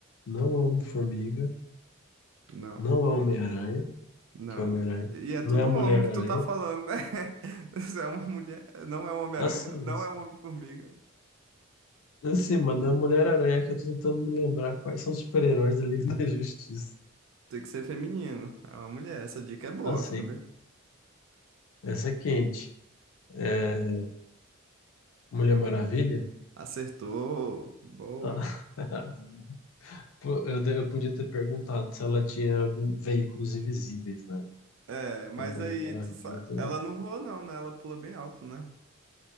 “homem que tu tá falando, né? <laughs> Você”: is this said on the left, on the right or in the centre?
Right